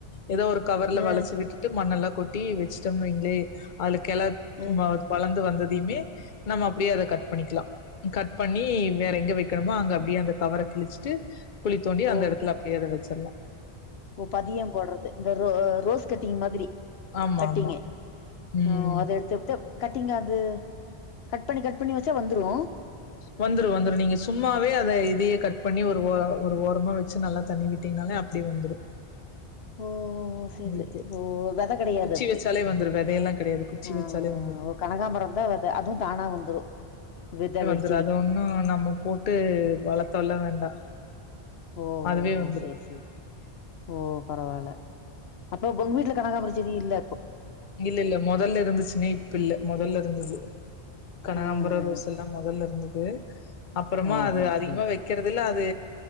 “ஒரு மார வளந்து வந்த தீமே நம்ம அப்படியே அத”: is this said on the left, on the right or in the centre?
Left